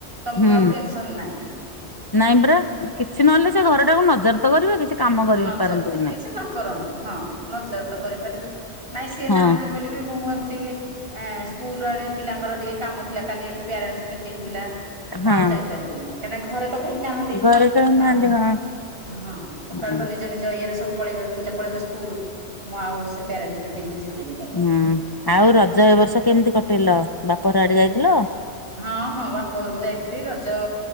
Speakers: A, on the right; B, on the left.
A: ତମକୁ
B: ହୁଁ
A: ଆଉ ଟେନସନ୍ ନାହିଁ।
B: ନାଇଁ ପରା କିଛି ନହେଲେ ସେ ଘରଟାକୁ ନଜର ତ କରିବେ କିଛି। କାମ କରି
A: ନଜର
B: ପାରନ୍ତୁ କି
A: <inaudible>
B: ନାହିଁ।
A: କିଛି ନ କରନ୍ତୁ ହଁ ନଜର ତ କରିପାରିବେ। ନାଇଁ ସିଏ
B: ହଁ।
A: ନାହାନ୍ତି ବୋଲି ବି ମୁଁ ବ ଟିକେ ଏଁ ସ୍କୁଲ ଆଡ଼େ ପିଲାଙ୍କର ଟିକେ କାମ ଥିଲା କାଲି ଏଠି ପ୍ୟାରେଣ୍ଟସ୍ ମିଟିଙ୍ଗ୍ ଥିଲା। ମୁଁ
B: ହଁ
A: ଆଉ ଯାଇପାରିବିନି, କାହିଁକିନା? ଘରେ ତ କେହି ନାହାଁନ୍ତି,
B: ଘରେ କେହି
A: ଆଉ
B: ନାହାନ୍ତି ହଁ।
A: ହଁ ସ ସକାଳୁ
B: ହୁଁ
A: ତ ନିଜ ନିଜ ଇଏରେ ସବୁ ପଳେଇବେ, ପିଲା ପଳେଇବେ ସ୍କୁଲ ମୁଁ ଆଉ ସେ ପେରନ୍ଟସ ମିଟିଂ ରେ ଯିବିନି ତାହେଲେ
B: ହୁଁ
A: ଆଉ।
B: ଆଉ ରଜ ଏ ବର୍ଷ କେମିତି କଟେଇଲ ବାପଘର ଆଡେ
A: ହୁଁ,
B: ଯାଇଥିଲ?
A: ହଁ ହଁ ବାପ ଘରକୁ ଯାଇଥିଲି, ରଜ